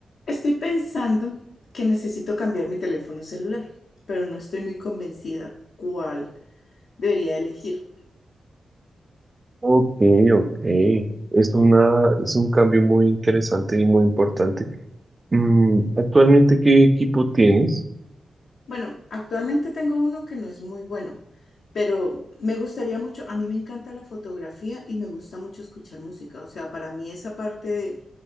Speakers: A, on the left (about 80°); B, on the right (about 25°).
A: Estoy pensando que necesito cambiar mi teléfono celular, pero no estoy muy convencida cuál debería elegir.
B: Ok, ok. Es una, es un cambio muy interesante y muy importante. Mm, ¿actualmente qué equipo tienes?
A: Bueno, actualmente tengo uno que no es muy bueno, pero me gustaría mucho, a mí me encanta la fotografía y me gusta mucho escuchar música. O sea, para mí esa parte de